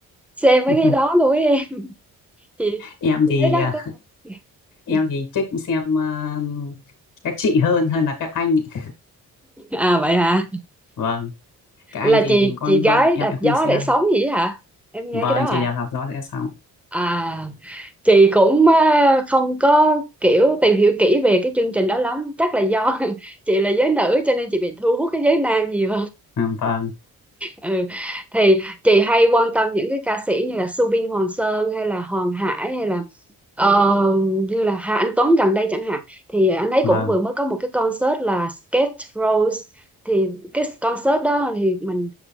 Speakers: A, in the centre; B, on the left.
A: xem mấy
B: <laughs>
A: cái đó luôn ấy em chị
B: em
A: chị
B: thì
A: thấy đó
B: à,
A: có
B: em
A: <laughs>
B: thì thích xem à, các chị hơn hơn là các anh ấy.
A: à vậy hả
B: vâng các anh
A: là
B: thì
A: chị
B: con
A: chị gái
B: con em
A: đạp
B: em
A: gió
B: không đi xem
A: để sống gì ấy hả em nghe
B: vâng
A: cái đó
B: chị
A: à
B: đẹp làm rõ sẽ xong
A: à chị cũng á, không có kiểu tìm hiểu kỹ về cái chương trình đó lắm chắc là do <laughs> chị là giới nữ cho nên chị bị thu hút cái giới nam nhiều
B: à, vâng
A: ừ. thì chị hay quan tâm những cái ca sĩ như là Subin Hoàng Sơn hay là Hoàng Hải hay là ờ, như là Hà Anh Tuấn gần đây chẳng hạn thì anh ấy
B: vâng
A: cũng vừa mới có một cái concert là Skate Rose thì cái concert đó thì mình